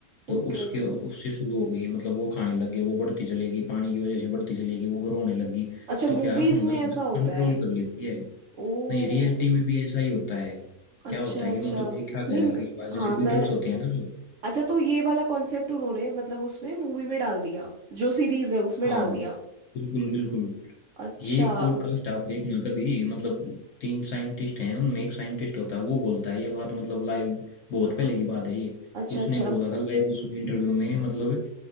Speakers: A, on the left (about 65°); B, on the right (about 70°).
A: तो
B: Okay
A: उसके
B: okay
A: उससे शुरू हो गई मतलब वो खाने लग गए वो बढ़ती चलेगी पानी की वजह से बढ़ती चलेगी वो ग्रो होने लगी
B: अच्छा
A: तो
B: मूवीज
A: क्या है फंगस
B: में ऐसा होता
A: कंट्रोल
B: है
A: कर लेती है
B: ओ
A: नहीं रियलिटी में भी ऐसा ही होता है
B: अच्छा
A: क्या होता है
B: अच्छा
A: कि मतलब देखा
B: नहीं
A: गया
B: म-
A: है कई बार जैसे
B: हाँ
A: बीटल्स
B: मैं
A: होते हैं ना जो
B: अच्छा तो ये वाला कॉन्सेप्ट उन्होंने मतलब उसमें मूवी में डाल दिया जो सीरीज है उसमें
A: हाँ
B: डाल दिया
A: बिल्कुल बिल्कुल
B: अच्छा
A: ये एक पॉडकास्ट आप देखना कभी मतलब तीन साइंटिस्ट हैं उनमें एक साइंटिस्ट होता है वो बोलता है ये बात मतलब लाइव बहुत
B: हाँ
A: पहले की बात है ये
B: अच्छा
A: उसने
B: अच्छा
A: बोला था लाइव उसमें इंटरव्यू में मतलब